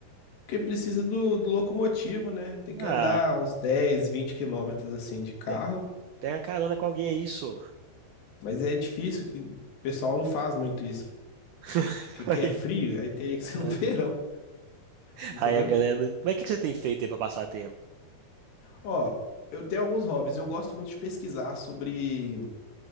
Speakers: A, on the left; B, on the right.
A: Porque precisa do, do locomotivo, né? Tem que
B: Ah,
A: andar uns 10, 20 quilômetros assim de carro.
B: pega, pega carona com alguém, é isso.
A: Mas é difícil que o pessoal não faz muito isso.
B: <laughs>
A: Porque que
B: Aí,
A: é frio, aí teria que ser
B: É.
A: no <laughs> verão, entendeu?
B: aí a galera. né, Mas o que que você tem feito aí pra passar tempo?
A: Ó, eu tenho alguns hobbies. Eu gosto muito de pesquisar sobre.